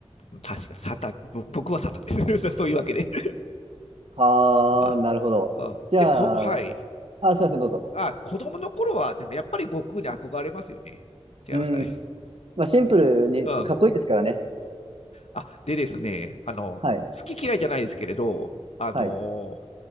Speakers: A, on the left; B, on the right.
A: あ、確か、サタン、ぼ僕はサタンです。<laughs> そういうわけで。
B: はあ、
A: あ
B: なるほど。
A: あ、
B: じゃあ、
A: で、こ、はい。
B: あ、すいません、どうぞ。
A: あ、子供の頃は、でもやっぱり悟空に憧れますよね。違いますかね。
B: うん、まあ、シンプルにかっこいいですからね。
A: うん、うん。あ、でですね、あの、
B: はい、
A: 好き嫌いじゃないですけれど、あの、
B: はい、